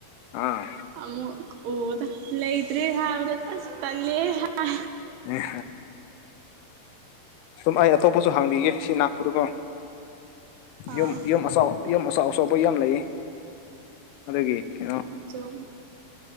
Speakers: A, on the left; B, on the right.
A: ꯑꯥ
B: ꯑꯃꯃꯨ ꯑꯣꯗ ꯂꯩꯇ꯭꯭ꯔꯦ ꯍꯥꯏꯕ꯭ꯔ ꯇꯂꯦ ꯍꯥꯏ
A: ꯎꯝ ꯁꯨꯝ ꯑꯩ ꯑꯇꯣꯞꯄꯁꯨ ꯍꯥꯡꯕꯤꯒꯦ ꯁꯤ ꯂꯥꯛꯄꯗꯨꯀꯣ
B: ꯑꯥ
A: ꯌꯨꯝ ꯌꯨꯝ ꯑꯁꯥꯎ ꯌꯨꯝ ꯑꯁꯥꯎ ꯁꯣꯕ ꯌꯥꯝ ꯂꯩꯌꯦ ꯑꯗꯨꯒꯤ ꯀꯩꯅꯣ
B: ꯑꯆꯧꯕ